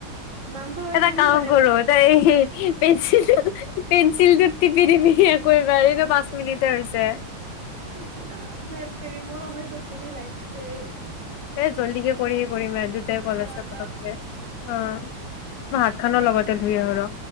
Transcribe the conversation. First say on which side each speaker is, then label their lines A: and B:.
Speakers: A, on the right; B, on the left.
A: নামটো লৈ নাথাকিবি
B: এটা কাম
A: বাৰে
B: কৰো
A: বাৰে
B: তাই পেঞ্চিল প ছিলটোত টিপি টিপি আৌ এবাৰ এই পাঁচ মিনিট হৈছে।
A: ইচ ৰাম ধেতটেৰী মোৰ অহায় টোপনি লাগিছে।
B: জল্দি কে কৰি কৰিমে দুটাই কল
A: লা
B: আছে পলকে
A: লা
B: অ মই হাত খনৰ লগতে ধুই আহো ৰ